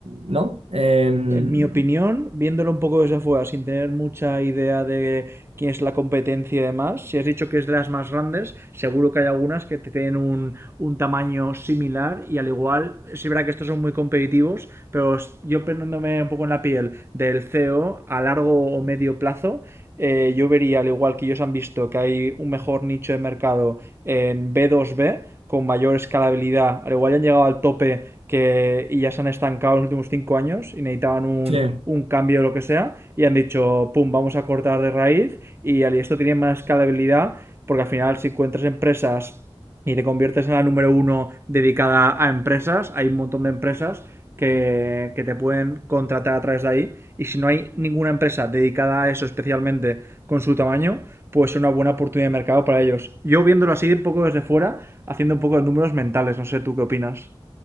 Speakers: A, on the right (about 70°); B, on the right (about 25°).
A: ¿no? Em,
B: En mi opinión, viéndolo un poco desde afuera, sin tener mucha idea de quién es la competencia y demás, si has dicho que es de las más grandes, seguro que hay algunas que te tienen un, un tamaño similar y al igual, sí verá que estos son muy competitivos, pero yo poniéndome un poco en la piel del CEO a largo o medio plazo, eh, yo vería, al igual que ellos han visto, que hay un mejor nicho de mercado en B2B con mayor escalabilidad. Al igual ya han llegado al tope que, y ya se han estancado en los últimos cinco años y necesitaban un,
A: sí.
B: un cambio o lo que sea y han dicho, pum, vamos a cortar de raíz y al esto tiene más escalabilidad porque al final si encuentras empresas y te conviertes en la número uno dedicada a empresas. Hay un montón de empresas que, que te pueden contratar a través de ahí. Y si no hay ninguna empresa dedicada a eso especialmente con su tamaño, pues es una buena oportunidad de mercado para ellos. Yo viéndolo así un poco desde fuera, haciendo un poco de números mentales, no sé tú qué opinas.